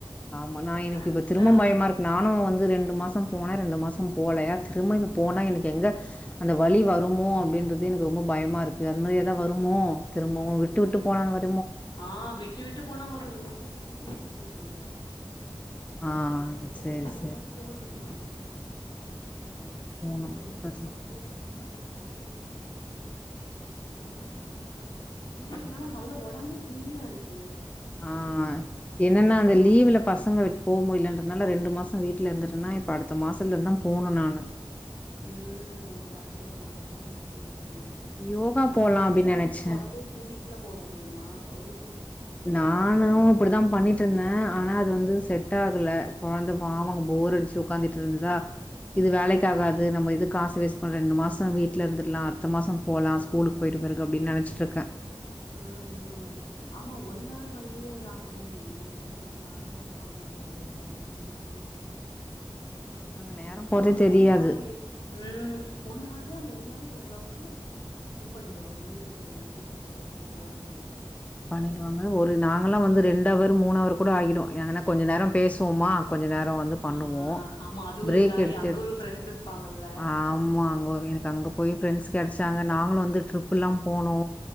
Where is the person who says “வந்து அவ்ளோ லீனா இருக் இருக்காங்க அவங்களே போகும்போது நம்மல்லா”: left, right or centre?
Left